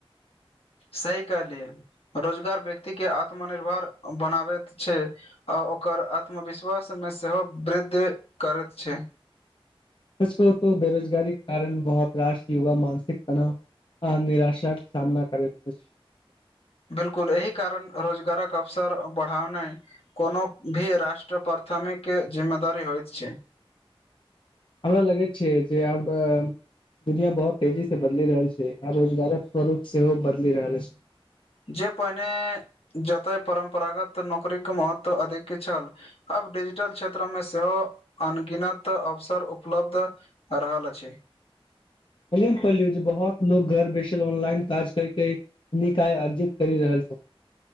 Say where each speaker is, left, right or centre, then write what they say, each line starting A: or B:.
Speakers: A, on the left (about 80°); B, on the left (about 60°).
A: सही कहलियै रोजगार व्यक्ति के आत्मनिर्भर बनाबैत छै। आ ओकर आत्मविश्वास मे सेहो वृद्ध करैत छै।
B: सच कहु तो बेरोजगारीक कारण बहोत रास युवा मानसिक तनाव आ निराशा के सामना करैत अछि।
A: बिलकुल एहि कारण रोजगारक अवसर बढ़ानय कोनो भी राष्ट्र प्रथमिक जिम्मेदारी होएत छै।
B: हमरा लगैत छै जे आब ए दुनिया बहोत तेजी से बदलि रहल छै आ रोजगारक स्वरूप सेहो बदलि रहल <unintelligible>
A: जे पहिने जतय परम्परागत नौकरीके महत्व अधिक छल आब डिजिटल क्षेत्रमे सेहो अनगिनत अवसर उपलब्ध अ रहल अछि।
B: कल्हि हम पैलियो जे बहोत लोग घर बैसल ऑनलाइन काज करके निक आय अर्जित करि रहल छै।